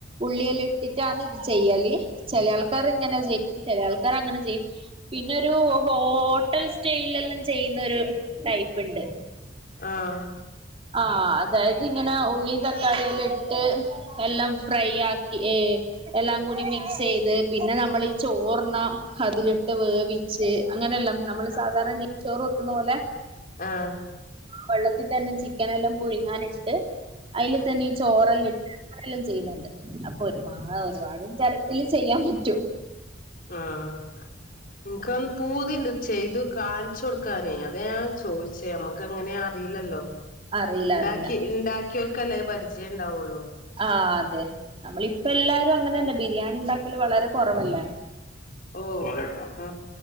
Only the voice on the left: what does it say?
ആഹ്
ആഹ്
ആഹ്
ആഹ് ക്കാൻ പൂതിണ്ട് ചെയ്തു കാണിച്ചു കൊടുക്കാനേ അതാ ഞാൻ ചോദിച്ചേ നമ്മക്കങ്ങനെ അറിയില്ലല്ലോ
ണ്ടാക്കി
ണ്ടാക്കിയോൽക്കല്ലേ അത് പരിചയം ഉണ്ടാവുള്ളൂ
ഓ ആഹ്